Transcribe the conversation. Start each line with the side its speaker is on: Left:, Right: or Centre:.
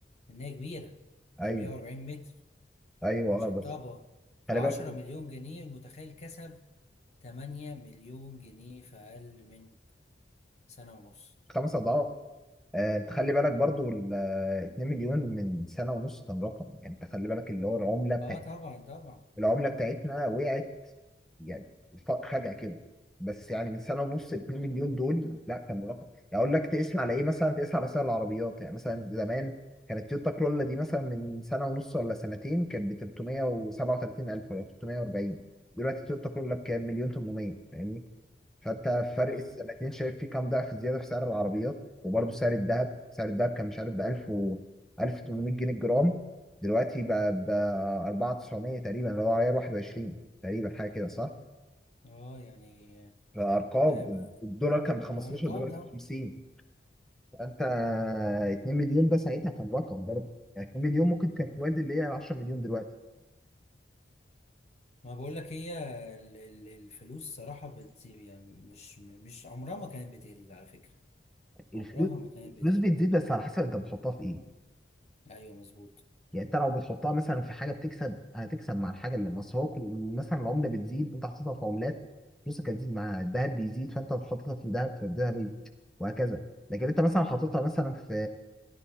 Left: لأن هي كبيرة
Centre: ايوه
Left: هي مية وأربعين متر
Centre: ايوه
Left: ومتشطبة
Centre: اه بس
Left: فعشرة
Centre: خلي بالك
Left: مليون جنيه المتخيل كسب تمانية مليون جنيه في أقل من سنة ونص
Centre: خمس اضعاف آه انت خلي بالك برضو ال آه، 2 مليون من سنه ونص كان رقم يعني انت خلي بالك اللي هو العمله
Left: اه طبعا طبعا
Centre: العملة بتاعتنا وقعت يعني ف- فجأة كده بس يعني من سنة ونص 2 مليون دول لا كان رقم يعني اقول لك تقيس على ايه مثلا تقيس على سعر العربيات يعني مثلا زمان كانت تويوتا كرولا دي مثلا من سنة ونص ولا سنتين كانت ب 337 ألف ولا 340 دلوقتي تويوتا كرولا بكام مليون 800 فاهمني فانت فرق
Left: اه
Centre: السنتين شايف فيه كام ضعف زياده في سعر العربيات وبرضه سعر الذهب سعر الذهب كان مش عارف ب 1000 و 1800 جنيه الجرام دلوقتي بقى ب 4900 تقريبا اللي هو عيار 21 تقريبا حاجه كده صح؟
Left: اه يعني
Centre: فارقام
Left: آه، ب-
Centre: الدولار كان ب 15
Left: بأرقام
Centre: دلوقتي
Left: طبعا
Centre: ب 50 فانت 2 مليون ده ساعتها كان رقم برضه يعني 2 مليون ممكن كان توازي اللي هي 10 مليون دلوقتي
Left: ما بقولك هي ال- ال- الفلوس صراحة بت يعني مش مش عمرها ما كانت بتقل على فكرة
Centre: الفلوس
Left: عمرها ما كانت
Centre: الفلوس
Left: بتقل
Centre: بتزيد بس على حسب انت بتحطها في ايه
Left: أيوه مظبوط
Centre: يعني انت لو بتحطها مثلا في حاجه بتكسب هتكسب مع الحاجه اللي مصر هو كل- مثلا العمله بتزيد انت حطيتها في عملات فلوسك هتزيد مع الذهب بيزيد فانت لو حطيتها في الذهب فالذهب يزيد وهكذا لكن انت مثلا حاططها مثلا في